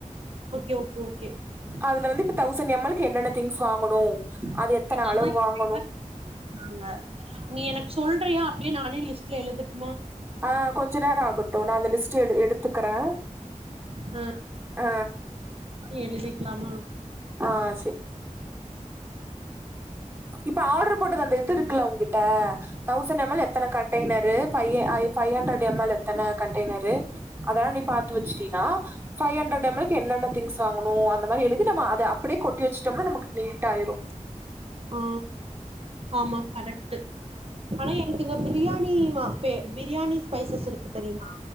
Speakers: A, on the right; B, on the right.
A: ஓகே ஓகே ஓகே
B: அதுல வந்து இப்ப தௌசண்ட் எம் எல்க்கு என்னென்ன திங்ஸ் வாங்கணு அது எத்தன
A: எங்க
B: அளவு
A: அம்மா
B: வாங்கணு
A: என்ன சொன்னாங்க நீ எனக் சொல்றியா அப்டியே நானே லிஸ்ட்ல எழுதிட்
B: ஆ கொஞ்ச நேரொ ஆகட்டு நா அந்த லிஸ்ட்ட எழு எடுத் துக்ற
A: ஆ
B: ஆ
A: எழுதிக்லாமா
B: ஆ சே இப்ப ஆட்ரு‌ போட்டது அந்த இது இருக்குல்ல ஊங்க்கிட்ட தௌசண் எம் எல் எத்தன கண்ட்டைனரு ஃபைய அ ஃபை அண்ட்ரட் எம்மல் எத்தன கண்ட்டெய்னரு அதலா நீ பாத்து வெச்சிட்டீனா ஃபை ஹண்ரட் எம்மல்க்கு என்னென்ன திங்க்ஸ் வா ங்கணு அந்த மாரி எழுதி நம்ம அத அப்டே கொட்டி வெச்சிட்டோம்னா நமக்கு நீட்டாயிரு
A: ஆ ஆமா கரெக்ட்டு ஆனா எனக்கு இங்க பிரியாணி வா பே பி பிரியாணி ஸ்பைசஸ் இருக்கு தெரியுமா